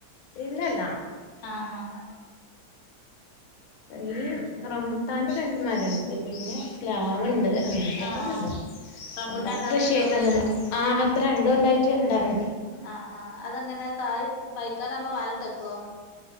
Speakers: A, on the left; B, on the left.
A: ഇല്ലല്ലാ
B: ആഹ് ആഹ്
A: ഈ റംബൂട്ടാന്റെ രണ്ട് മരണ്ട് പിന്നെ പ്ലാവ്ണ്ട് അങ്ങൻത്തൊക്കെന്നെ
B: ആഹ് ആഹ്
A: ഉള്ളു
B: റംബൂട്ടാൻ
A: അല്ലാണ്ട്
B: ഉണ്ടാവലുണ്ടോ
A: കൃഷിയായിട്ടൊന്നുല്ലാ ആഹ് ഇപ്പൊ രണ്ടു കൊല്ലായിറ്റ് ഇണ്ടാവ്ണ്ട്
B: ആഹ് ആഹ് അതെങ്ങനെ കായ് പൈക്കാനാവുമ്പോ വലട്ടെക്കോ?